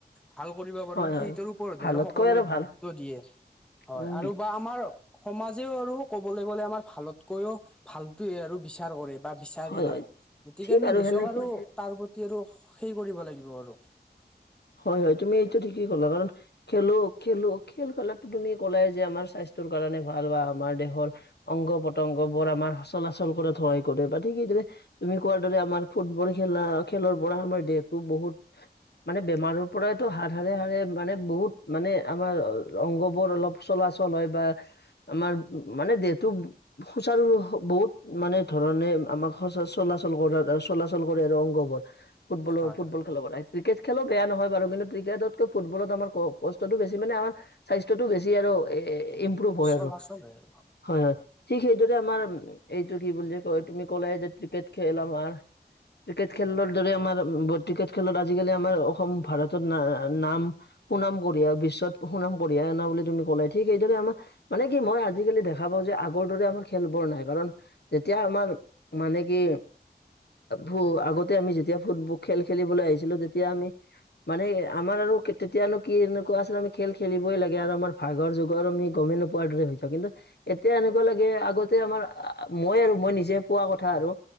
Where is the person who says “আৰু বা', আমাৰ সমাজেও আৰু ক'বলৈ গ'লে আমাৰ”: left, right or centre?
Centre